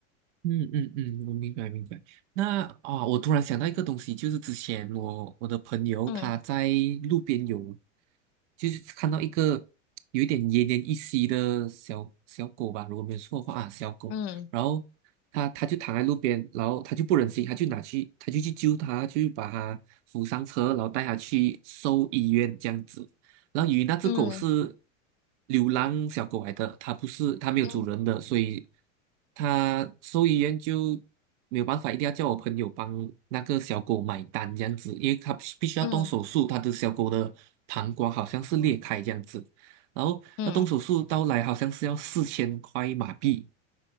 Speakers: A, on the right; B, on the left.
A: 嗯嗯嗯，我明白明白。那啊、我突然想到一个东西，就是之前我我的朋友他在路边有，
B: 嗯
A: 就是看到一个有一点奄奄一息的小小狗吧，如果没有错的话啊，小狗，
B: 嗯
A: 然后他他就躺在路边，然后他就不忍心，他就拿去他就去救他，就把他扶上车，然后带他去兽医院这样子。然后由于那只狗是
B: 嗯
A: 流浪小狗来的，它不是它没有主人的，
B: 嗯
A: 所以它兽医院就没有办法，一定要叫我朋友帮那个小狗买单这样子，因为它必须要动手术，
B: 嗯
A: 它的小狗的膀胱好像是裂开这样子，然后那动手术到来好像是要四千块马币。
B: 嗯，